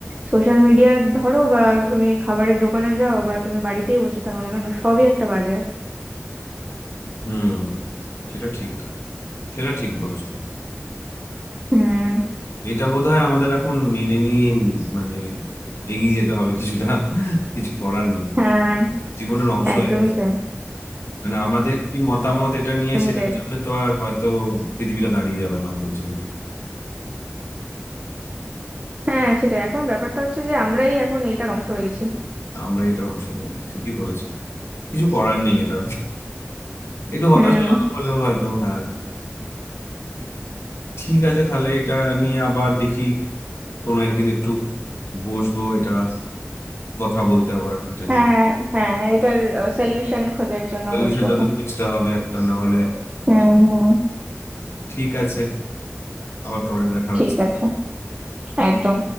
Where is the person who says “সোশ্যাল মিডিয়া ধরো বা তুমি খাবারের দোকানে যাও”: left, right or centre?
Right